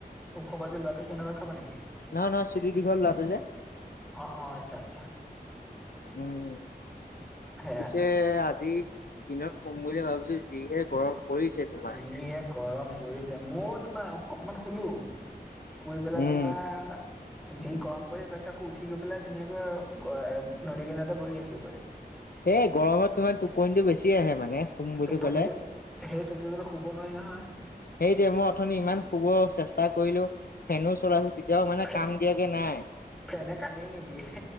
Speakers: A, in the centre; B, on the left.
A: ওখকৈ যে ল'ৰাটো সেনতৰ ঘৰত খাবা নেকি?
B: নহয়, নহয় চুলি দীঘল ল'ৰাটো যে।
A: অ, অ আচ্ছা। আচ্ছা
B: উম,
A: সেয়া।
B: পিছে আজি দিনত শুম বুলি ভাবিছো যিহে গৰম। পৰিছে তোমাৰ
A: যিহে গৰম পৰিছে। মও তোমাৰ অক-অকমান শুলো। শুই পেলাই
B: উম
A: তোমাৰ যি গৰম পৰিছে তাৰ পিছত আকৌ উঠি গৈ পেলাই ধুনীয়াকৈ নদী কিনাৰতে বহি আছোগৈ।
B: এ গৰমত তোমাৰ টোপনিটো বেছি আহে মানে। শুম বুলি
A: টোপনিটো
B: ক'লে
A: সেইটো কিয়নো শুব নোৱাৰি নহয়।
B: সেইটোৱে মই অথনি ইমান শুব চেষ্টা কৰিলো। ফেনো চলাইছো, তেতিয়াও মানে
A: ফে
B: কাম দিয়াকে নাই।
A: ফেনে কামেই নিদিয়ে